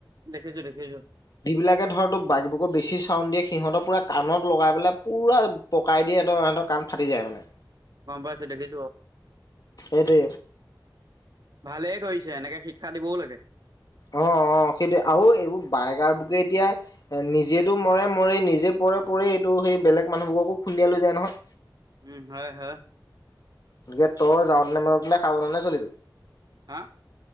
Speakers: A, on the right; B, on the left.
A: দেখিছো-দেখিছো।
B: বিলাকে ধৰক তোৰ বাইকবোৰত বেছি চাউন দিয়ে, সিহঁতক পোৰা কাণত লগাই পেলাই পুৰা পকাই দিয়ে, সিহঁতৰ- সিহঁতৰ কাণ ফাটি যায় মানে।
A: গম পাইছো, দেখিছো অ।
B: এইটোৱে।
A: ভালেই কৰিছে, এনেকে শিক্ষা দিবও লাগে।
B: অ-অ, সেইটোৱে আৰু এইবোৰ বাইকাৰ বুকে এতিয়া এ নিজেতো মৰে-মৰে নিজে পৰে-পৰে, এইটো সেই বেলেগ মানুহবোৰকো খুন্দিয়া লৈ যায় নহয়।
A: উম, হয়-হয়।
B: একে তই যাওঁতে নে মনতে সাবধানে চলিবি।
A: হা?